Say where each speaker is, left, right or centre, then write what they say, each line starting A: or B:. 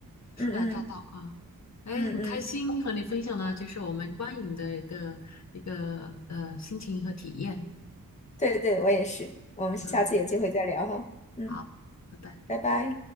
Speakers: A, on the left; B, on the left.
A: 《初来乍到》啊。
B: 嗯嗯
A: 哎，
B: 嗯嗯。
A: 很开心和你分享呢，这是我们观影的一个一个呃心情和体验。
B: 对对，我也是。我们下次有机会再聊哈。
A: 嗯，
B: 嗯，
A: 好，拜拜。
B: 拜拜。